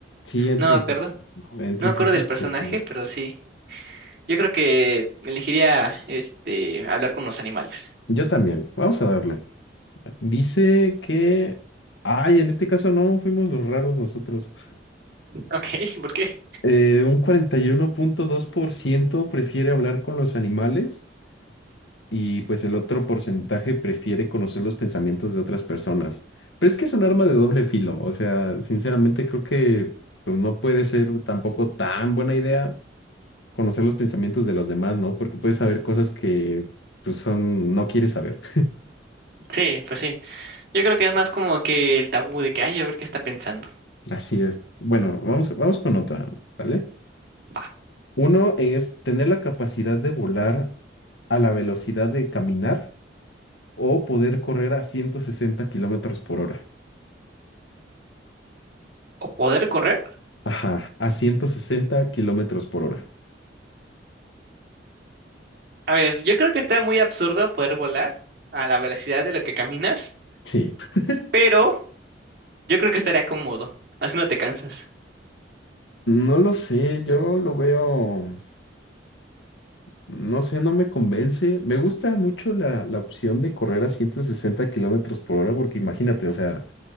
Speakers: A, on the left; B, on the right.
A: Sí, entra
B: No me
A: en,
B: acuerdo,
A: crisis, ¿no? entra
B: no me acuerdo
A: en crisis
B: del personaje,
A: porque...
B: pero sí. Yo creo que elegiría este hablar con los animales.
A: Yo también, vamos a darle. Dice que... Ay, en este caso no, fuimos los raros nosotros.
B: Ok, <laughs> ¿por qué?
A: Eh, un cuarenta y uno punto dos por ciento prefiere hablar con los animales y pues el otro porcentaje prefiere conocer los pensamientos de otras personas. Pero es que es un arma de doble filo, o sea, sinceramente creo que pues, no puede ser tampoco tan buena idea conocer los pensamientos de los demás, ¿no? Porque puedes saber cosas que pues son, no quieres saber.
B: Sí, pues sí. Yo creo que es más como que el tabú de que, ay, a ver qué está pensando.
A: Así es. Bueno, vamos, vamos con otra, ¿vale?
B: Va.
A: Uno es tener la capacidad de volar a la velocidad de caminar o poder correr a 160 kilómetros por hora.
B: O poder correr
A: Ajá, a 160 kilómetros por hora.
B: A ver, yo creo que está muy absurdo poder volar a la velocidad de lo que caminas,
A: Sí. <laughs>
B: pero yo creo que estaría cómodo, así no te cansas.
A: No lo sé, yo lo veo, no sé, no me convence. Me gusta mucho la, la opción de correr a 160 kilómetros por hora porque imagínate, o sea,